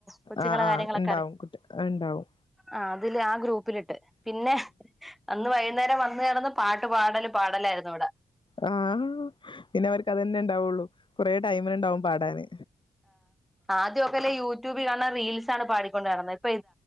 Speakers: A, in the centre; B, on the left.
A: കൊച്ചുങ്ങളെ
B: ആഹ്
A: കാര്യങ്ങളൊക്കെ
B: ആഹ് ഇണ്ടാവും
A: അറി
B: കുട്ടി ഇണ്ടാവും
A: ആ അതില് ആ ഗ്രൂപ്പിലിട്ട് പിന്നെ അന്ന് വൈകുന്നേരം വന്ന് നടന്ന് പാട്ട് പാടലും പാടലായിരുന്നു ഇവിടെ
B: ആ പിന്നെ അവർക്ക് അതെന്നെ ണ്ടാവുള്ളൂ കുറേ ടൈമിന്ണ്ടാവും പാടാന്
A: ആദ്യ ല യൂട്യൂബ് കാണുന്ന റീൽസാണ് പാടി കൊണ്ടര്ന്ന